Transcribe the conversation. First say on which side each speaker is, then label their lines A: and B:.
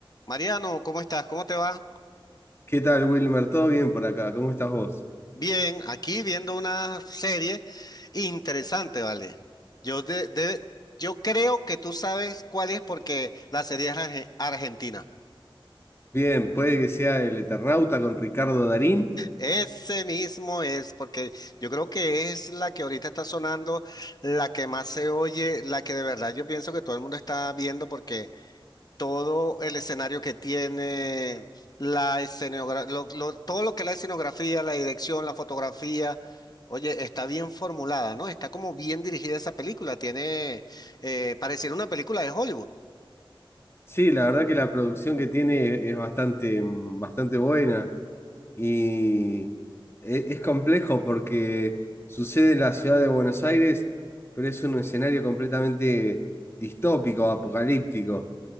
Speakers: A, on the left (about 45°); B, on the left (about 30°).
A: Mariano, ¿cómo estás? ¿Cómo te va?
B: ¿Qué tal, Wilmer? ¿Todo bien por acá? ¿Cómo estás vos?
A: Bien, aquí viendo una serie interesante, ¿vale? Yo, de- de- yo creo que tú sabes cuál es porque la serie es arge- argentina.
B: Bien, puede que sea El Eternauta con Ricardo Darín.
A: Ese mismo es, porque yo creo que es la que ahorita está sonando, la que más se oye, la que de verdad yo pienso que todo el mundo está viendo porque todo el escenario que tiene, la escenografía, todo lo que es la escenografía, la dirección, la fotografía. Oye, está bien formulada, ¿no? Está como bien dirigida esa película. Tiene, eh, pareciera una película de Hollywood.
B: Sí, la verdad que la producción que tiene es bastante, bastante buena y e- es complejo porque sucede en la ciudad de Buenos Aires, pero es un escenario completamente distópico, apocalíptico,